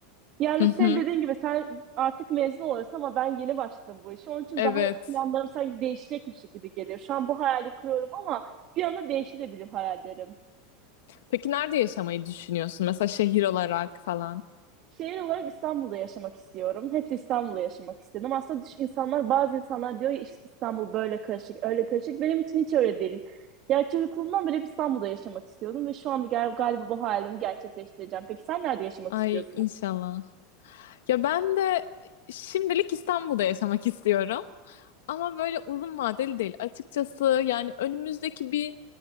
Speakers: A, on the right (about 35°); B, on the left (about 85°).
A: Yani
B: Hı hı.
A: sen dediğin gibi sen artık mezun oluyorsun ama ben yeni başladım bu işe. Onun için
B: Evet.
A: daha planlarım sanki değişecekmiş gibi geliyor. Şu an bu hayali kırıyorum ama bir anda değişebilir hayallerim.
B: Peki nerede yaşamayı düşünüyorsun? Mesela şehir olarak falan.
A: Şehir olarak İstanbul'da yaşamak istiyorum. Hep İstanbul'da yaşamak istedim. Aslında düş- insanlar, bazı insanlar diyor ya "İşte İstanbul böyle karışık, öyle karışık. Benim için hiç öyle değil. Yani çocukluğumdan beri hep İstanbul'da yaşamak istiyordum ve şu anda gal- galiba bu hayalimi gerçekleştireceğim. Peki sen nerede yaşamak
B: Ay
A: istiyorsun?
B: inşallah. Ya ben de şimdilik İstanbul'da yaşamak istiyorum. Ama böyle uzun vadeli değil. Açıkçası yani önümüzdeki bir